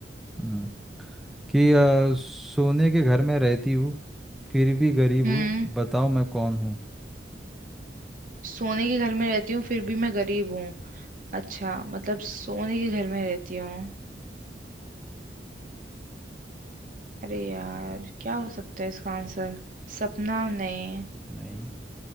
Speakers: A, in the centre; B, on the right.
A: हम्म, कि आ, सोने के घर में रहती हूँ फिर भी गरीब
B: हम्म
A: हूँ बताओ मैं कौन हूँ
B: सोने के घर में रहती हूँ फिर भी मैं गरीब हूँ अच्छा मतलब सोने के घर में रहती हूँ अरे यार क्या हो सकता है इसका आंसर सपना नहीं
A: नहीं